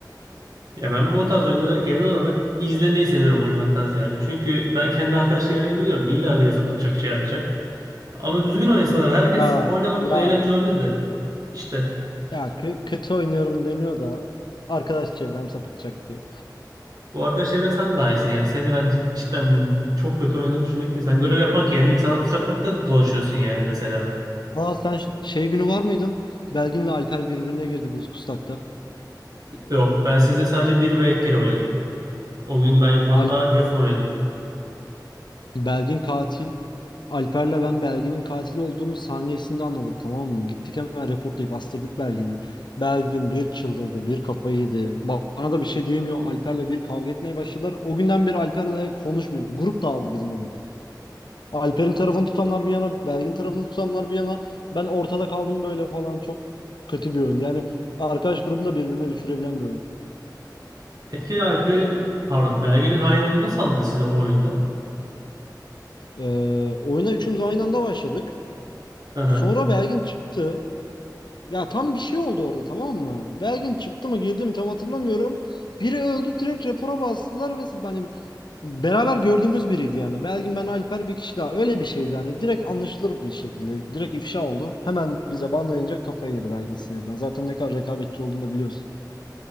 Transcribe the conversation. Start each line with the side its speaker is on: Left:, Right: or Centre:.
Right: Ya ben bu tarz oyunları genel olarak izlemeyi seviyorum oynamaktan ziyade. Çünkü ben kendi arkadaş çevremi biliyorum. İlla biri sapıtacak, şey atacak. Ama düzgün oynasalar herkes
Left: Ya
Right: oynamak
Left: ya
Right: da eğlence olabilir de. İşte
Left: ya kö- kötü oynuyorum demiyor da arkadaş çevrem sapıtacak diyor.
Right: bu arkadaş çevren sen daha iyisin yani. Seni ben cidden çok kötü oynadığını düşünmekle. Sen görev yapmak yerine insana suç atmakta da dolaşıyorsun yani mesela.
Left: Aa sen ş- şey günü var mıydın? Belgin'le Alper birbirine girdi Kuskustak'ta.
Right: Yok ben sizde sadece bir ve iki kere oynadım. O gün ben yoktum
Left: Alp
Right: hatta yazın oynadım.
Left: Belgin katil. Alper'le ben Belgin'in katil olduğunu saniyesinde anladık tamam mı? Gittik hemen reportlayıp astırdık Belgin'i. Belgin bir çıldırdı, bir kafayı yedi. Ba- Bana da bir şey diyemiyor. Alper'le bir kavga etmeye başladılar. O günden beri Alper'le konuşmuyor. Grup dağıldı bizim o gün. Alper'in tarafını tutanlar bir yana, Belgin tarafını tutanlar bir yana. Ben ortada kaldım böyle falan. Çok kötü bir oyun. Yani arkadaş grubunu da birbirine düşürebilen bir oyun.
Right: Peki Alper'in pardon Belge'nin hain olduğunu nasıl anladın size o oyunda?
Left: Ee, oyuna üçümüz aynı anda başladık.
Right: <laughs>
Left: Sonra Belgin çıktı. Ya tam bir şey oldu orada tamam mı? Belgin çıktı mı girdi mi tam hatırlamıyorum. Biri öldü direkt rapora bastılar ve hani beraber gördüğümüz biriydi yani. Belgin ben Alper bir kişi daha öyle bir şeydi yani. Direkt anlaşılır bir şekilde. Direkt ifşa oldu. Hemen bize banlayınca kafayı yedi Belgin sinirden. Zaten ne kadar rekabetçi olduğunu da biliyoruz.